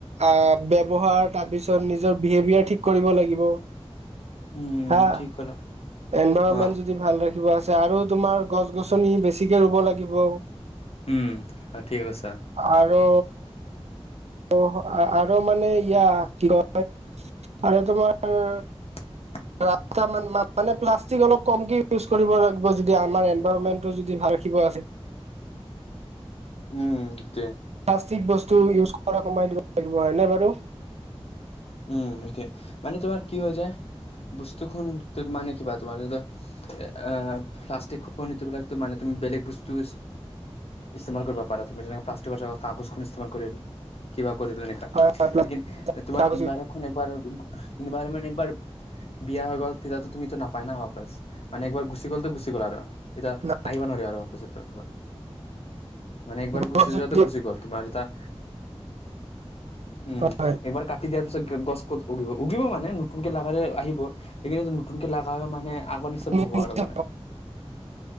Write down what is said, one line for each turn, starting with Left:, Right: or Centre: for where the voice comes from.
Right: আহ, ব্যৱহাৰ, তাৰ পিছত নিজৰ বিহেভিয়াৰ ঠিক কৰিব লাগিব।
Left: উম,
Right: হা
Left: ঠিক কলা।
Right: এনভাইৰনমেন্ট
Left: অ',
Right: যদি ভাল ৰাখিব আৰু তোমাৰ গছ- গছনি বেছিকে ৰুব লাগিব।
Left: উম, ঠিক কৈছা।
Right: আৰু অ, আৰু মানে ইয়াক কি কয় আৰু তোমাৰ
Left: <unintelligible>
Right: ৰাস্তান মানে প্লাষ্টিক অলপ কমকে ইউজ কৰিব লাগিব। যদি আমাৰ এনভাইৰণমেণ্টটো যদি ভাৰ ৰাখিব আছে।
Left: উম, সেইটোয়ে।
Right: প্লাষ্টিক বস্তু ইছজ কৰা কমাই দিব লাগিব। হয় নে বাৰু।
Left: উম সেইটোৱে, মানে তোমাৰ কি হৈ যায় বস্তু খন মানে কিবা তোমাৰ ধৰি ল, আহ প্লাষ্টিক খোৱা নিবিলাক মানে তুমি বেলেগ বস্তু, ইস্তেমাল পাৰা তুমি যেনে প্লাষ্টিকৰ কাগজ খন কৰিল কিবা কৰিল এনেকা, লেকিন
Right: হয় হয় প্লাষ্টিক
Left: তোমাৰ
Right: কাগজ
Left: ইনভাৰ ইনভৰমেনট একবাৰ, বিয়া হৈ গ'ল তেতিয়াতো তুমিতো নাপাই না বাপাচ মানে একবাৰ গুচি গ'লতো গুচি গ'ল আৰু, এতিয়া
Right: ইউজ
Left: আহিব নোৱাৰে আৰু পাছত ত তোমাৰ, মানে একবাৰ গুচি
Right: গছ
Left: যোৱা তটো
Right: যদি
Left: গুচি গ'ল তোমাৰ তিতা, উম
Right: হয়
Left: এইবাৰ, দিয়াৰ পিছত গছ ক'ত উগিব উগিব মানে নতুনকে লাগেলে আহিব। এইখিনো নতুনকে লাগালে মানে আগৰ নিচিনা
Right: তুমি
Left: নহ'ব
Right: নিজে
Left: আৰু মানে।